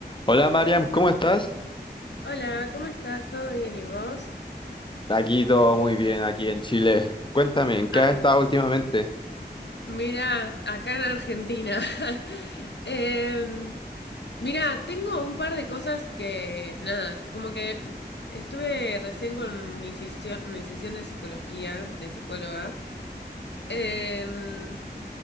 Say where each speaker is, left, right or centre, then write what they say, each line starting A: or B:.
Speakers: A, on the left (about 30°); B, on the left (about 80°).
A: Hola Mariam, ¿cómo estás?
B: Hola, ¿cómo estás? ¿Todo bien y vos?
A: Aquí todo muy bien, aquí en Chile. Cuéntame, ¿en qué
B: Ay,
A: has estado últimamente?
B: Mira, acá en Argentina. <laughs> Em, mira, tengo un par de cosas que, nada, como que estuve recién con mi sesión, mi sesión de psicología, de psicóloga. Em,